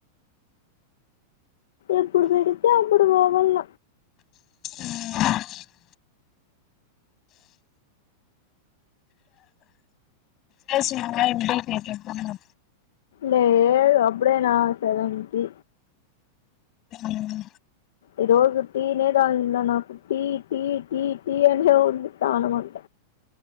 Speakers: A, on the left; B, on the left.
A: ఎప్పుడు పెడితే అప్పుడు పోవాళ్ళ
B: మ్ చేసిన్న ఇంప్ చేసేసుంటారు
A: లేదు అప్పుడే నా సెవెన్ కి
B: మ్మ్
A: ఈ రోజు తినే దానిన్నా నాకు టీ టీ టీ టీ అనే ఉంది ప్రాణం అంత